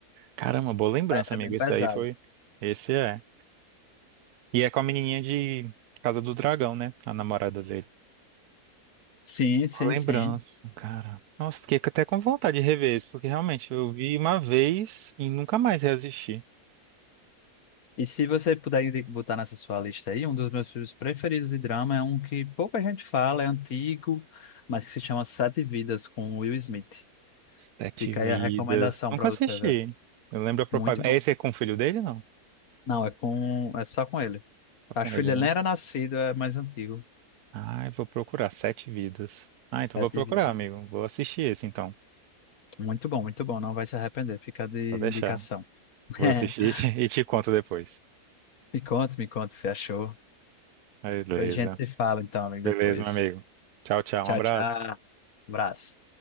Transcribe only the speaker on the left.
É
é bem pesado.
Sim, sim,
sim.
E se você puder indi- botar nessa sua lista aí, um dos meus filmes preferidos de drama é um que pouca gente fala, é antigo, mas que se chama Sete Vidas, com Will Smith.
Fica
aí a recomendação
pra você
ver.
Muito bom.
Não, é com, é só com ele.
Acho
que
ele
nem era nascido, é mais antigo.
Sete
Vidas.
Muito bom, muito bom. Não vai se arrepender. Fica de
indicação. <laughs>
Me conta, me conta o que você achou.
A gente se fala então, amigo,
depois.
Tchau,
tchau. Abraço.